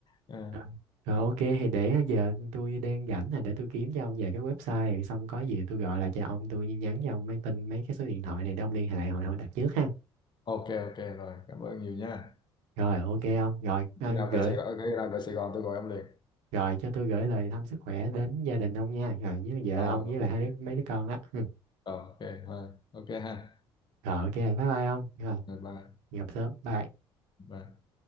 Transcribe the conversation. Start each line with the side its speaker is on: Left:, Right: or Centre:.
Left: Ờ,
Right: Rồi Rồi, ok thì để ờ, giờ tôi đang rảnh là để tôi kiếm cho ông về cái website xong có gì tôi gọi lại cho ông tôi nhắn cho ông mấy tin mấy cái số điện thoại này để ông liên hệ hồi hồi đặt trước ha.
Left: ok, ok rồi, cảm ơn nhiều nha.
Right: Rồi ok ông, rồi à,
Left: Khi nào
Right: gửi
Left: về Sài Gòn, khi nào về Sài Gòn tôi gọi ông liền.
Right: rồi cho tôi gửi lời thăm sức khỏe đến gia đình ông nha. Rồi với vợ
Left: Ờ,
Right: ông với
Left: ok,
Right: lại hai đứa mấy đứa con đó. Ừ.
Left: Ờ, ok, thôi, ok ha.
Right: Rồi ok, bye bye ông. Rồi,
Left: Rồi, Bye,
Right: gặp sớm. Bye.
Left: bye.